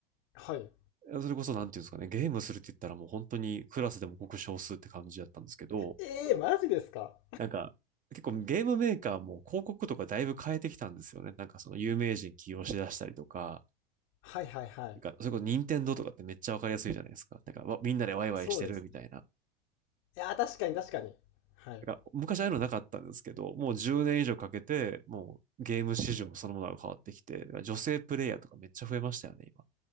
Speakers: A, on the left (about 50°); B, on the right (about 25°).
A: はい。
B: それこそなんていうんですかね、ゲームするって言ったらもう本当にクラスでもごく少数って感じだったんですけど、
A: えー、マジですか
B: なんか、結構ゲームメーカーも広告とかだいぶ変えてきたんですよね。なんかその有名人起用しだしたりとか、
A: はいはいはい。
B: なんかそれこそ任天堂とかってめっちゃわかりやすいじゃないですか。なんかわみんなでワイワイしてるみたいな。
A: そうですね。いや、確かに確かに。はい。
B: なんか昔ああいうのなかったんですけど、もう10年以上かけて、もうゲーム市場そのものが変わってきて、だから女性プレイヤーとかめっちゃ増えましたよね、今。